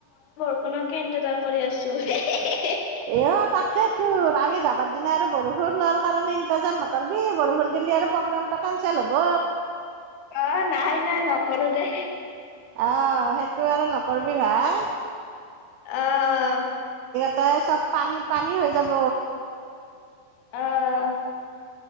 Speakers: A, on the left; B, on the right.
A: ষুণকেই ইণ্টেজাৰ কৰি আছো <unintelligible>
B: এ, অ', তাকেই তো। আমি যাবাৰ দিনা, আৰু বৰষুণৰ কাৰণে ইন্তেজাৰ নকৰিবি। বৰষুণ দিলে, আৰু প্ৰগ্ৰামটো কেনচেল হ'ব।
A: অ', নাই, নাই। নক'লো, দে
B: আহ, সেইটো আৰু নকৰিবি, ভাই।
A: আহ
B: তই চব পানী-পানী হৈ যাব
A: আহ